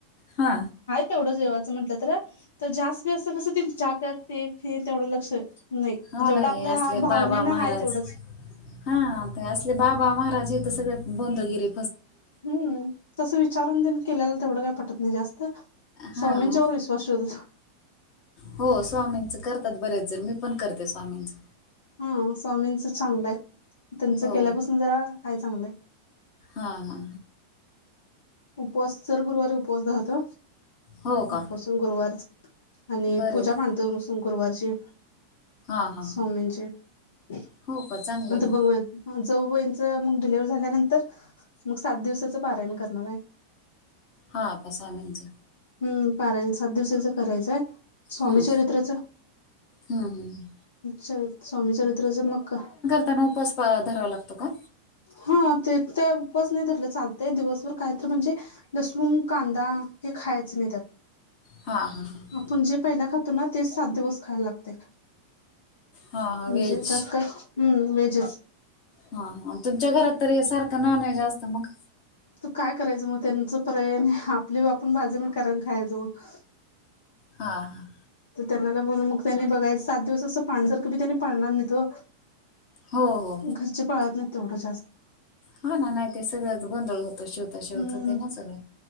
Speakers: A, on the left; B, on the left.
A: हा
B: तेवढं जेव्हाच जास्त म्हटलं तर तर जास्त दिवस असं कसं हे तेवढं लक्ष
A: हो
B: जेवढं
A: ना
B: आपल्या
A: असले
B: भावनेनं
A: बाबा महाराज
B: हाय तेवढंच
A: हा ते असले बाबा महाराज हे तर सगळे भोंदूगिरी
B: हम्म तसं विचारून तेन केल्याल तेवढं काय पटत नाही जास्त
A: हा
B: स्वामींच्यावर विश्वा स्पष्ट हो
A: हो स्वामींच करतात बरेच जण मी पण करते स्वामींच
B: हा स्वामींच चांगलंय त्यांचं
A: हो
B: केल्यापासून जरा हाय चांगलंय.
A: हा हा हा
B: उपवास दर गुरुवारी उपवास धरतो.
A: हो का
B: उपवास पण गुरुवारच आणि
A: बरेच
B: पूजा मांडतोय दर गुरुवारची.
A: हां हां
B: स्वामींचे
A: हां
B: नंतर
A: हो का चांगलं आहे मग
B: भाऊयेत जाऊ बाईचं मग डिलेव्हारी झाल्यानंतर मग सात दिवसाचं पारायण करणार हाय.
A: हा आता स्वामींच
B: हम् पारायण सात दिवसाचं करायचंय स्वामीचरित्राच
A: हं, हं, हं.
B: चर स्वामीचरित्राच मग काय
A: त्यांना उपवास धरावा लागतो का.
B: हा ते त्या उपवास नाही धरला चालतंय दिवसभर काय तर म्हणजे लसूण, कांदा हे खायचं नाही त्यात
A: हां हां हां
B: आपण जे पहिला खातो ना तेच सात दिवस खायला लागतंय.
A: हां हां
B: म्हणजे
A: व्हेज
B: त्यात काय हम्म व्हेजचं
A: हा हा तुमच्या घरात तर सारखं नॉनव्हेज असतं मग
B: म काय करायच त्यांचं पर्याय नाही, आपली बाजुला करून खायचं मग <unintelligible>
A: हा हा
B: तर त्यांनाला बोलून मग त्यानी बघायचं सात दिवस असं पाहण्यासारखं त्यांनी पाळणार नाहीत ओ
A: हो हो
B: घरचे पाळत नाहीत तेवढं जास्त
A: हा ना नाही ते सगळंच गोंधळ होतं शिवता शिवत
B: हम्म
A: होते ना सगळं